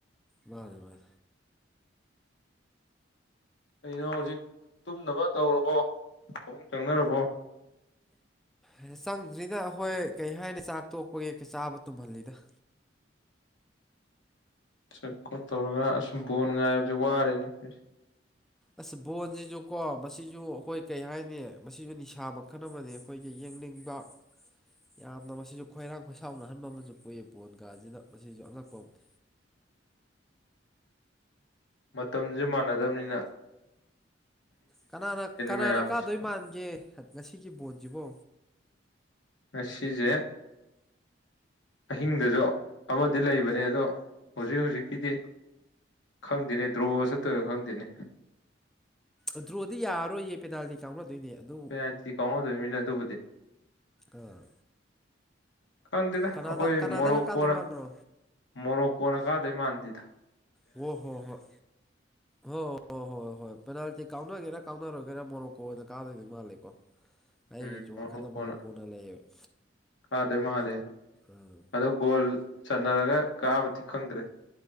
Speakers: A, in the centre; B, on the left.
A: ꯃꯥꯅꯤ ꯃꯥꯅꯤ
B: ꯀꯩꯗꯣꯏꯅꯣ ꯍꯧꯖꯤꯛ ꯇꯨꯝꯅꯕ ꯇꯧꯔꯕꯣ ꯐꯃꯨꯡ ꯆꯪꯅꯔꯕꯣ
A: ꯑꯦ ꯆꯪꯗ꯭ꯔꯤꯗ ꯑꯩꯈꯣꯏ ꯀꯩ ꯍꯥꯏꯅꯤ ꯆꯥꯛ ꯇꯣꯛꯄꯒꯤ ꯆꯥꯕ ꯇꯨꯝꯍꯜꯂꯤꯗ
B: ꯁꯀꯣ ꯇꯧꯔꯒ ꯑꯁꯨꯝ ꯕꯣꯟ ꯉꯥꯏꯕꯕꯁꯤꯦ ꯋꯥꯔꯦꯅꯦ ꯑꯩꯈꯣꯏꯁꯦ <inaudible>
A: ꯑꯁ ꯕꯣꯟꯁꯤꯁꯨ ꯀꯣ ꯃꯁꯤꯁꯨ ꯑꯩꯈꯣꯏ ꯀꯩ ꯍꯥꯏꯅꯤ ꯃꯁꯤꯁꯨ ꯅꯤꯁꯥ ꯃꯈꯜ ꯑꯃꯅꯦ ꯑꯩꯈꯣꯏꯒꯤ ꯌꯦꯡꯅꯤꯡꯕ ꯌꯥꯝꯅ ꯃꯁꯤꯁꯨ ꯈꯣꯏꯔꯥꯡ ꯈꯣꯏꯁꯥꯎꯅꯍꯟꯕ ꯑꯃꯁꯨ ꯄꯣꯛꯏ ꯕꯣꯟꯒꯥꯁꯤꯅ ꯃꯁꯤꯁꯨ ꯑꯉꯛꯄ ꯑꯝꯅꯤ
B: ꯃꯇꯝꯁꯦ ꯃꯥꯟꯅꯗꯝꯅꯤꯅ
A: ꯀꯅꯥꯅ ꯀꯅꯥꯅ
B: ꯃꯌꯥꯝꯁꯦ
A: ꯀꯥꯗꯣꯏ ꯃꯥꯟꯒꯦ ꯉꯁꯤꯒꯤ ꯕꯣꯟꯁꯤꯕꯣ
B: ꯉꯁꯤꯁꯦ ꯑꯍꯤꯡꯗꯁꯨ ꯑꯃꯗꯤ ꯂꯩꯕꯅꯦ ꯑꯗꯣ ꯍꯧꯖꯤꯛ ꯍꯧꯖꯤꯛꯀꯤꯗꯤ ꯈꯪꯗꯦꯅꯦ ꯗ꯭ꯔꯣ ꯆꯠꯇꯒ ꯈꯪꯗꯦꯅꯦ
A: ꯑꯗꯨ꯭ꯔꯣꯗꯤ ꯌꯥꯔꯣꯏꯌꯦ ꯄꯦꯅꯥꯜꯗꯤ ꯀꯥꯎꯅꯗꯣꯏꯅꯦ ꯑꯗꯨꯕꯨ
B: ꯄꯦꯅꯥꯜꯇꯤ ꯀꯥꯎꯅꯗꯣꯏꯃꯤꯅ ꯑꯗꯨꯕꯨꯗꯤ
A: ꯑꯥ
B: ꯈꯪꯗꯦꯗ
A: ꯀꯅꯥꯗ
B: ꯑꯩꯈꯣꯏ
A: ꯀꯅꯥꯗꯅ
B: ꯃꯣꯔꯣꯛ
A: ꯀꯥꯗꯣꯏ
B: ꯀꯣꯟꯅ
A: ꯃꯥꯟꯕ꯭ꯔꯣ
B: ꯃꯣꯔꯣꯛ ꯀꯣꯟꯅ ꯀꯥꯗꯣꯏ ꯃꯥꯟꯗꯦꯗ
A: ꯑꯣ ꯍꯣ ꯍꯣꯏ ꯍ ꯍꯣ ꯍꯣꯏ ꯑ ꯍꯣꯏ ꯄꯦꯅꯥꯜꯇꯤ ꯀꯥꯎꯅꯒꯦꯔꯥ ꯀꯥꯎꯅꯔꯣꯏꯒꯦꯔꯥ ꯃꯣꯔꯣꯛꯀꯣꯅ ꯀꯥꯗꯣꯏꯗꯤ ꯃꯥꯜꯂꯦꯀꯣ ꯑꯩꯒꯤꯁꯨ
B: ꯎꯝ ꯃꯣꯔꯣꯛꯀꯣꯅ
A: ꯋꯥꯈꯟꯗ ꯃꯔꯣꯔꯣꯛ ꯀꯣꯟꯅ ꯂꯩꯌꯦꯕ
B: ꯀꯥꯗꯣꯏ ꯃꯥꯜꯂꯦꯕ
A: ꯑꯥ
B: ꯑꯗꯣ ꯒꯣꯜ ꯆꯟꯅꯔꯒ ꯀꯥꯕꯗꯤ ꯈꯪꯗ꯭ꯔꯦ